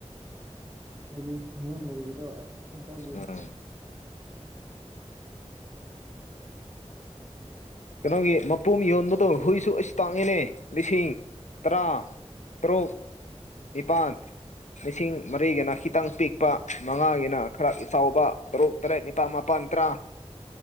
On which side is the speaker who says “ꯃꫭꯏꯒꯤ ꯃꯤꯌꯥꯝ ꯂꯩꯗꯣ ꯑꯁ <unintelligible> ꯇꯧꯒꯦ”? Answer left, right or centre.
Right